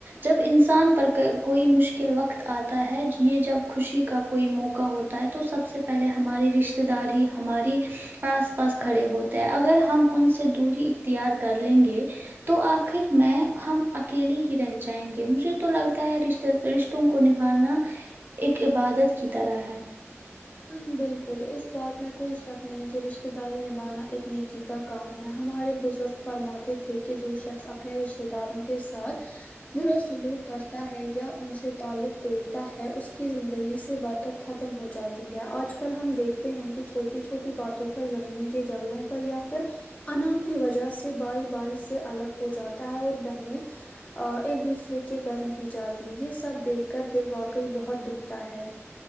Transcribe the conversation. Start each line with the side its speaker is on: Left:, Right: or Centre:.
Right: جب انسان پر ک کوئی مشکل وقت آتا ہے یہ جب خوشی کا کوئی موقع ہو تا ہے تو سب سے پہلے ہمارے رشتے دار ہی ہماری آس پاس کھڑے ہوتے ہیں اگر ہم ان سے دوری اختیار کر لیں گے تو آخر میں ہم اکیلے ہی رہ جائیں گے مجھے تو لگتا ہے رشتے رشت وں کو نبھانا ایک عبادت کی طرح ہے
Left: ہاں بالکل اس بات میں کوئی شک نہیں کہ رشتتے داری نبھانا ایک نیکی کا کام ہے ہمارے بزرگ فرماتے تھے کہ جو شخص اپنے رشتے داروں کے ساتھ برا سلوک کرتا ہے یا ان سے تعلق توڑتا ہے اس کی زندگی سے بر کت ختم ہو جا تی ہے آج کل ہم دیکھتے ہیں کہ چھوٹی چھوٹی باتوں پر زمین کے جھگڑوں پر یا پھر انا کی وجہ سے بھائی بھائی سے الگ ہو جاتا ہے اور بہنیں ا ایک دوسرے کے گھر نہیں جاتی یہ سب دیکھ کر دل واقعی بہت دکھتا ہے